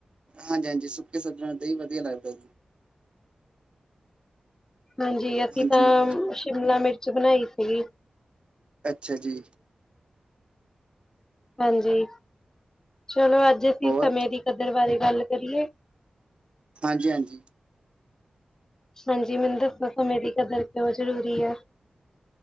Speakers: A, on the right (about 45°); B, on the left (about 20°).
A: ਹਾਂਜੀ ਸੁੱਕੇ ਸੱਜਾਂ ਤੇ ਹੀ ਵਧੀਆ ਲੱਗਦਾ ਸੀ।
B: ਹਾਂਜੀ ਅਸੀਂ
A: ਹਾਂਜੀ
B: ਤਾਂ ਸ਼ਿਮਲਾ ਮਿਰਚ ਬਣਾਈ ਸੀਗੀ।
A: ਅੱਛਾ ਜੀ।
B: ਹਾਂਜੀ ਚਲੋ ਅੱਜ ਅਸੀਂ
A: ਹੋਰ
B: ਸਮੇਂ ਦੀ ਕਦਰ ਬਾਰੇ ਗੱਲ ਕਰੀਏ।
A: ਹਾਂਜੀ।
B: ਹਾਂਜੀ ਮੈਨੂੰ ਦੱਸੋ ਸਮੇ ਦੀ ਕਦਰ ਪਓ ਜ਼ਰੂਰੀ ਹੈ।